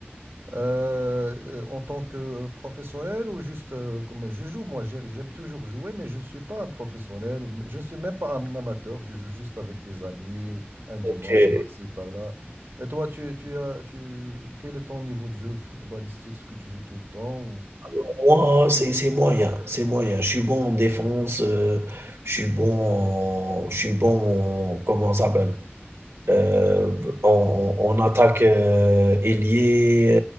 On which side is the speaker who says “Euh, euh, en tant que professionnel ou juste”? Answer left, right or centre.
Right